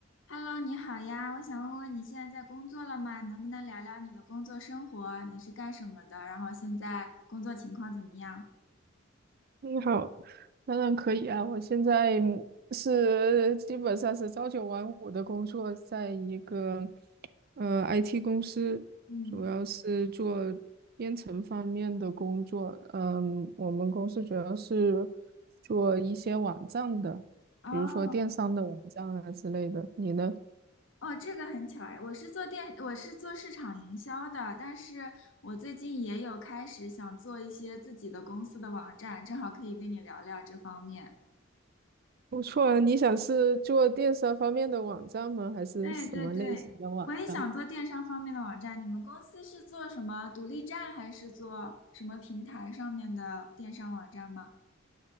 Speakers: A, on the left; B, on the right.
A: Hello，你好呀，我想问问你现在在工作了吗？能不能聊聊你的工作生活？你是干什么的？然后现在工作情况怎么样？
B: 你好，当然可以啊。我现在是基本上是朝九晚五的工作，在一个呃 IT 公司，
A: 嗯，
B: 主要是做编程方面的工作。嗯，我们公司主要是做一些网站的，
A: 哦
B: 比如说电商的网站啊之类的。你呢？
A: 哦，这个很巧哎，我是做电，我是做市场营销的，但是我最近也有开始想做一些自己的公司的网站，正好可以跟你聊聊这方面。
B: 不错啊，你想是做电商方面的网站吗？还是什么类型的网站？
A: 对对对，我也想做电商方面的网站。你们公司是做什么独立站，还是做什么平台上面的电商网站吗？